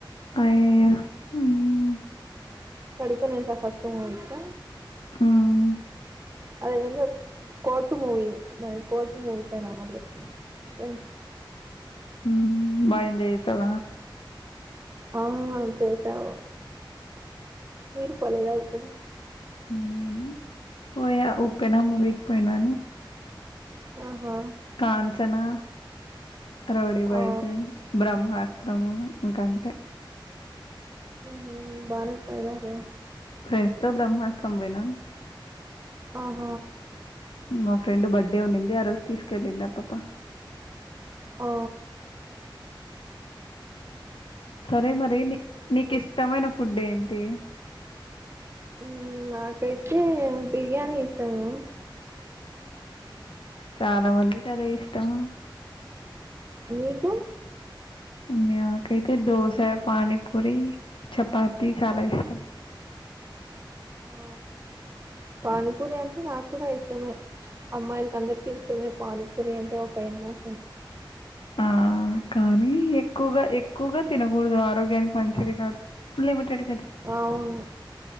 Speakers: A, on the left (about 80°); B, on the right (about 30°).
A: అయ్యో
B: ఉమ్
A: మ్మ్
B: పడిపనేసా ఫస్ట్ మూవి క
A: ఉమ్
B: అదేందో కోడ్ ర్టుమూవీ మై కోర్టు మూవీ పైన పడ్లే ఫ్రై
A: ఉమ్ మైండ్ ఎసావ
B: అవును అంతే చవు మీరు పోలేదా ఎప్పుడు
A: నేను పోయా ఉప్పెన మువికి పోయినా
B: ఆహా
A: కాంచనా రౌడి వయసు,
B: ఆ
A: బ్రహ్మాస్త్రము ఇంకంతే
B: ఉహు బానే పోయినరే
A: ఫ్రెండ్స్ తో బ్రహ్మాస్త్రం పోయినా
B: ఆహ
A: మా ఫ్రెండ్ బర్త్డే ఉండింది ఆ రోజు తీసుకెళ్ళింది ఆ పాప్ప
B: ఓ
A: సరే మరి నీ నీకు ఇష్టమైన ఫుడ్ ఏంటి
B: ఉమ్ నాకైతే బిర్యానీ ఇష్టము
A: చాలా మందికి అదే ఇష్టం
B: నీకు
A: నాకైతే దోసా, పానీపూరి చపాతి చాలా ఇష్టం
B: ఆ పానీపూరి అంటే నాకు కూడా ఇష్టమే అమ్మాయిలకి అందరికి ఇష్టమే పానీ పూరి అంటే ఒక ఎమోషన్
A: ఉమ్ కానీ ఎక్కువగా ఎక్కువగా తినకూడదు ఆరోగ్యానికి మంచిది కాదు లిమిటెడ్
B: అవును